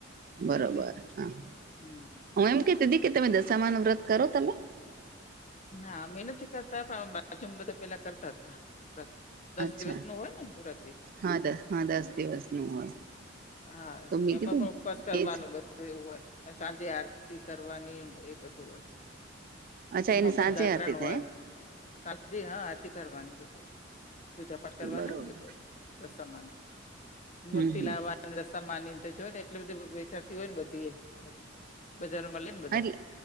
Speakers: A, on the right; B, on the left.
A: બરોબર
B: એટલે
A: હા
B: હમ
A: હું એમ કેતી તી કે તમે દશામા નુ વ્રત કરો તમે?
B: ના અમે નથી કરતા પણ બાજુ માં બધા પેલા કરતા હતા વ્રત. દસ
A: અચ્છા
B: દિવસનું હોય ને વ્રત એ.
A: હા દ હા દસ દિવસ નું હોય.
B: હા
A: તો મેં
B: એમાં
A: કીધું
B: પણ ઉપવાસ કરવાનું
A: એજ
B: બ ધું એવું હોય સાંજે આરતી કરવાની એ બધું હોય.
A: અચ્છા
B: એમાં
A: એની
B: પણ
A: સાંજે
B: જાગરણ
A: આરતી થાય
B: હોય સા જી હા આરતી કરવાની બધું પૂજા પાઠ કરવાનું
A: બરોબર
B: ને બધું દસામા ન મૂર્તિ
A: હમ હમ
B: લાવવા રસ્તા માનીને તો જોય ને એટલે બધું વેચાતી હોય ને બધી એ બજારમાં લઈ ને બધા
A: એટલે